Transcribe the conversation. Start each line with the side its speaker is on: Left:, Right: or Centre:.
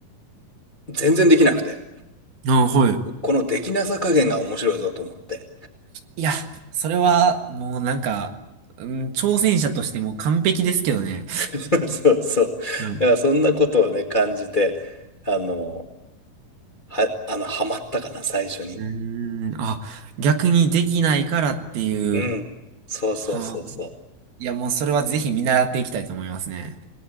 Left: 全然できなくて、
Right: ああ、はい。
Left: このできなさ加減が面白いぞと思って。
Right: いや、それは、もうなんか、うん、挑戦者としてもう完璧ですけどね。
Left: <laughs> そうそう。
Right: うん。
Left: だからそんなことをね、感じて、あの、は、あの、ハマったかな、最初に。
Right: うーん、あ、逆にできないからっていう。
Left: うん。そうそうそうそう。
Right: はあ、いや、もうそれはぜひ見習っていきたいと思いますね。